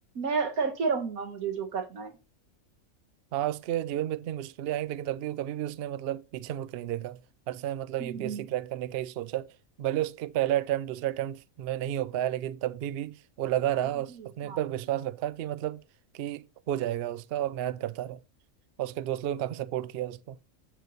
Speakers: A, on the right (about 80°); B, on the right (about 70°).
A: मैं करके रहूंगा मुझे जो करना है
B: हाँ उसके जीवन में इतनी मुश्किलें आई लेकिन तब भी वो कभी भी उसने मतलब पीछे मुड़ के नहीं देखा हर समय मतलब
A: हम्म
B: यूपीएससी क्रैक करने का ही सोचा भले उसके पहला अटेम्प्ट दूसरा अटेम्प्ट में नहीं हो पाया लेकिन तब भी भी वो लगा रहा
A: वही
B: और अपने
A: हाँ
B: पर विश्वास रखा कि मतलब कि हो जाएगा उसका और मेहनत करता रहा और उसके दोस्त लोगों ने काफी सपोर्ट किया उसको